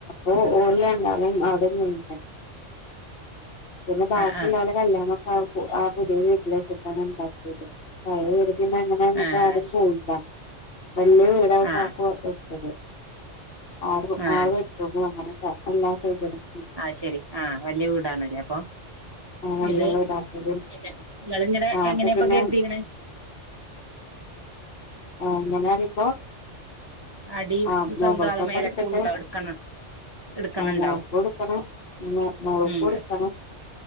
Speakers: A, on the left; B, on the right.
A: ഓ ഓലെ ണ്ടാളീം അവിടെന്നന്നെ പിന്നെ ബാക്കിള്ളലെ
B: ആ ആ
A: കല്യാണം ആപൂ ആ പുതിയ വീട്ടിലെചിട്ടാണ് ണ്ടാക്കിയത് പിന്നെ അങ്ങനെ നമക്ക്
B: ആ
A: ആരും
B: അത് ശരി
A: പോവില്ല വല്യ വീടാ
B: ആ
A: കാകു വെച്ചത് ആറ്
B: ആ
A: ആറ് എടു അങ്ങന എല്ലാ സൗകര്യങ്ങളും
B: ആ ശെരി ആ വല്യ വീടാണല്ലേ അപ്പൊ
A: നല്ല
B: ഇത്
A: വീടാ അപ്പൊ
B: പിന്നെ ങ്ങൾങ്ങനെ
A: ആ
B: എങ്ങനെപ്പൊ
A: അപ്പൊ പിന്നെ
B: കരുതിക്കണേ <inaudible>
A: ആ അങ്ങനെ റിയുമ്പോ
B: അടി
A: ആ
B: സ്വന്തം
A: മൊകൾ
B: അതോ
A: ക്കൊക്കെട്ത്തിട്ട്
B: മേലക്കുണ്ടോ എടുക്കണം എടുക്കണുണ്ടോ
A: ആ മോൾക്കെടുക്കണം പിന്നെ മോൾക്കെടുക്കണം
B: ഉം